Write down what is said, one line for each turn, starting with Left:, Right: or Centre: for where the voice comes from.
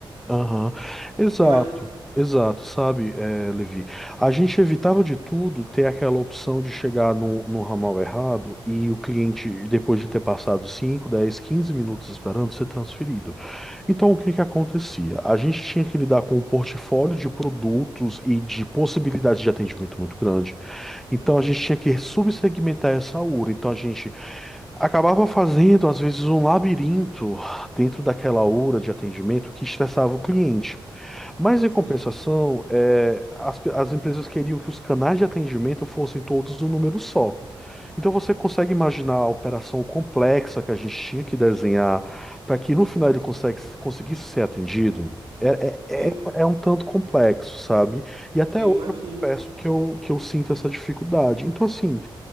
Centre: Aham. Exato,
Right: Imagina.
Centre: exato, sabe, eh, Levi? A gente evitava de tudo ter aquela opção de chegar no, no ramal errado e o cliente, depois de ter passado 5, 10, 15 minutos esperando, ser transferido. Então, o que que acontecia? A gente tinha que lidar com um portfólio de produtos e de possibilidades de atendimento muito grande. Então
Right: Hum,
Centre: a gente tinha que subsegmentar essa URA. Então a gente acabava fazendo, às vezes, um labirinto dentro daquela URA de atendimento que estressava o cliente. Mas
Right: Sim.
Centre: em compensação, é, as, pe- as empresas queriam que os canais de atendimento fossem todos no número só. Então você consegue imaginar a operação complexa que a gente tinha que desenhar para que no final ele consegue- conseguisse ser atendido? É, é,
Right: Eu,
Centre: é- é um tanto complexo, sabe? E até
Right: eu
Centre: hoje
Right: imagino.
Centre: eu confesso que eu, que eu sinto essa dificuldade. Então, assim,